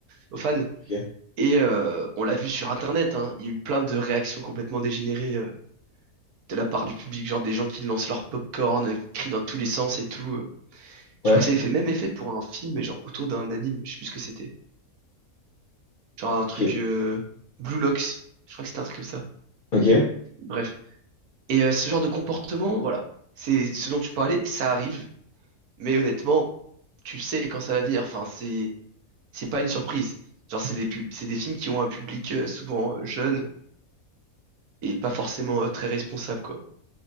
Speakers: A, on the right (about 80°); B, on the left (about 60°).
A: aux fans.
B: Ok.
A: Et euh, on l'a vu sur Internet, hein, il y a eu plein de réactions complètement dégénérées euh, de la part du public, genre des gens qui lancent leur popcorn, euh, qui crient dans tous les sens et tout. euh.
B: Ouais.
A: Je crois que ça avait fait le même effet pour un film, mais genre autour d'un anime, je sais plus ce que c'était. Genre un truc
B: Ok.
A: euh, Blue Locks, je crois que c'était un truc comme ça.
B: Ok.
A: Bref. Et euh, ce genre de comportement, voilà, c'est ce dont tu parlais, ça arrive, mais honnêtement tu sais quand ça va venir. Enfin, c'est c'est pas une surprise. Genre, c'est des pub- c'est des films qui ont un public euh, souvent euh, jeune et pas forcément euh, très responsable, quoi.